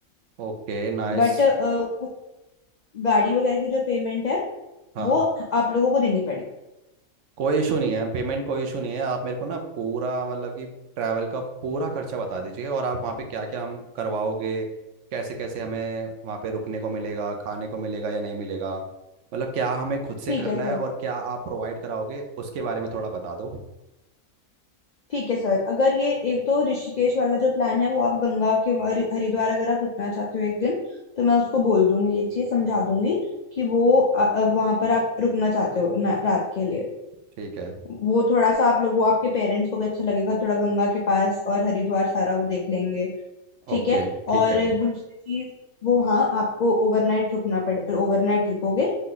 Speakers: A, on the right; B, on the left.
A: Okay nice
B: बट उस गाड़ी वगैरह की जो पेमेंट है
A: हाँ
B: वो आप लोगों को देनी पड़ेगी
A: कोई इशू नहीं है पेमेंट कोई इशू नहीं है आप मेरे को ना पूरा मतलब कि ट्रैवल का पूरा खर्चा बता दीजिए और आप वहाँ पे क्या क्या हम करवाओगे कैसे कैसे हमें वहाँ पे रुकने को मिलेगा खाने को मिलेगा या नहीं मिलेगा मतलब क्या हमें खुद से
B: ठीक
A: करना
B: है सर
A: है और क्या आप प्रोवाइड कराओगे उसके बारे में थोड़ा बता दो
B: ठीक है सर अगर ये एक तो ऋषिकेश वाला जो प्लान है वो आप गंगा के हरि- हरिद्वार अगर आप रुकना चाहते हो एक दिन तो मैं उसको बोल दूंगी ये चीज समझा दूंगी कि वो वहां पर आप रुकना चाहते हो ना- रात के लिए
A: ठीक है
B: वो थोड़ा सा आप लोग वो आपके पेरेंट्स को भी अच्छा लगेगा थोड़ा गंगा के पास और हरिद्वार सारा वो देख लेंगे ठीक
A: ओके
B: है
A: ठीक
B: और
A: है
B: हाँ दूसरी चीज वो वहाँ आपको ओवरनाइट रुकना पड़े ओवरनाइट रुकोगे